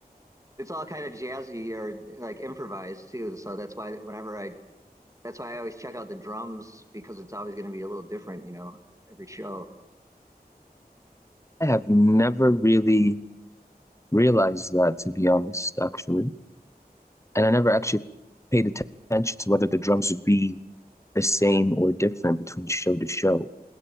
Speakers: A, on the right (about 20°); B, on the left (about 20°).
A: it's all kind of jazzy or like improvised too. So that's why whenever I, that's why I always check out the drums because it's always going to be a little different, you know, every show.
B: have never really realized that, to be honest, actually. And I never actually paid attention to whether the drums would be the same or different between show to show.